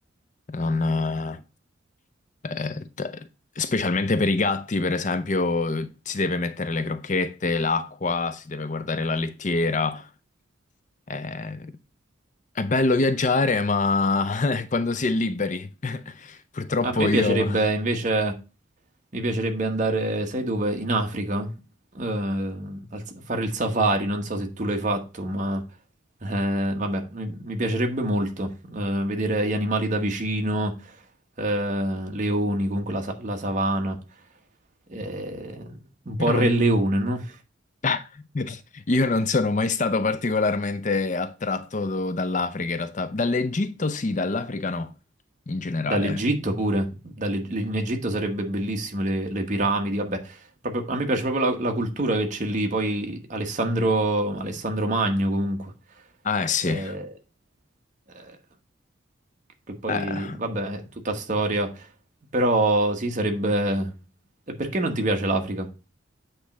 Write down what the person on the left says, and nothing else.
Non, eh, eh, t- specialmente per i gatti, per esempio, eh, si deve mettere le crocchette, l'acqua, si deve guardare la lettiera. Eh, è bello viaggiare, ma <laughs> quando si è liberi. <laughs> Purtroppo
io...
Io non,
<laughs> Io non sono mai stato particolarmente attratto do- dall'Africa in realtà. Dall'Egitto sì, dall'Africa no, in generale.
Ah, eh sì.
Eh,